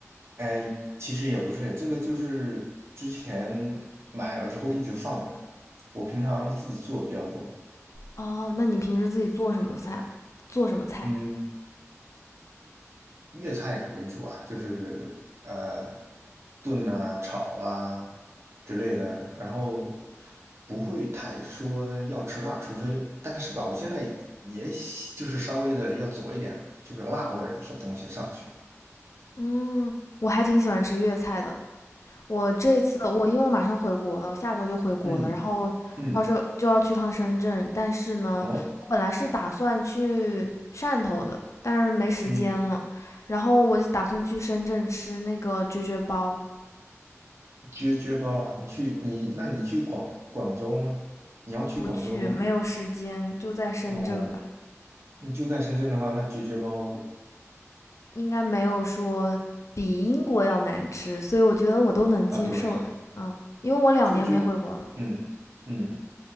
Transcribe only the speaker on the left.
哦，那你平时自己做什么菜？做什么菜？
嗯，我还挺喜欢吃粤菜的。我这次我因为我马上回国了，我下周就回国了，
然后到时候就要去趟深圳。
但是呢，
我本来是打算去汕头的，但是没时间了。
然后我就打算去深圳吃那个啫啫包，
不去，没有时间，就在深圳吧。
应该没有说比英国要难吃，所以我觉得我都能接受的。
啊，因为我两年没回国了嘛。